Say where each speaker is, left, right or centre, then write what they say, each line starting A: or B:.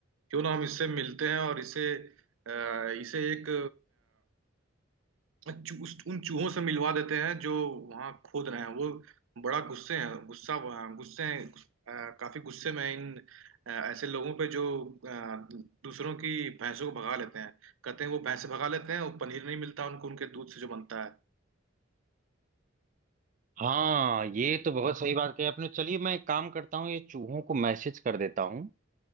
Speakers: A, on the right (about 80°); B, on the right (about 40°).
A: क्यों ना हम इससे मिलते हैं और इसे अ, इसे एक अ, चू- उस- उन चूहों से मिलवा देते हैं जो वहाँ खोद रहे हैं वो बड़ा गुस्से हैं गुस्सा गुस्से हैं अ, काफी गुस्से में हैं इन अ, ऐसे लोगों पे जो अ, दूसरों की भैंसों को भगा लेते हैं कहते हैं वो भैंसे भगा लेते हैं और पनीर नहीं मिलता उनको उनके दूध से जो बनता है
B: हाँ ये तो बहुत सही बात कही आपने चलिए मैं एक काम करता हूँ ये चूहों को मैसेज कर देता हूँ